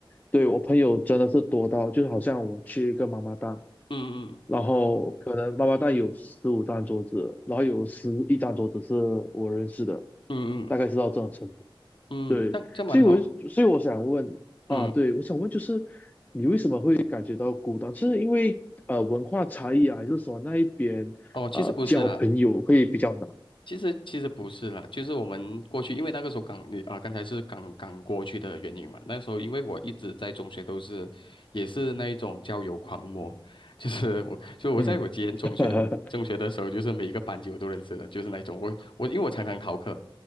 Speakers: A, on the left (about 20°); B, on the left (about 65°).
A: 对我朋友真的是多到，就是好像我去一个妈妈档，
B: 嗯嗯
A: 然后可能妈妈档有十五张桌子，然后有十一张桌子是我认识的，
B: 嗯
A: 大概是到这种程度。
B: 嗯嗯，
A: 对，
B: 这样这样蛮好的，
A: 所以我所以我想问啊，
B: 嗯嗯，
A: 对，我想问就是你为什么会感觉到孤单？是因为呃文化差异啊，还是说那一边呃交朋友会比较难？
B: 哦，其实不是啦。其实其实不是啦，就是我们过去，因为那个时候刚你啊、刚才是刚刚过去的原因嘛。那时候因为我一直在中学都是，也是那一种交友狂魔，就是我，就我在我之前中学中学的时候，
A: 嗯，<laughs>
B: 就是每一个班级我都认识的，就是那一种我我因为我常常逃课，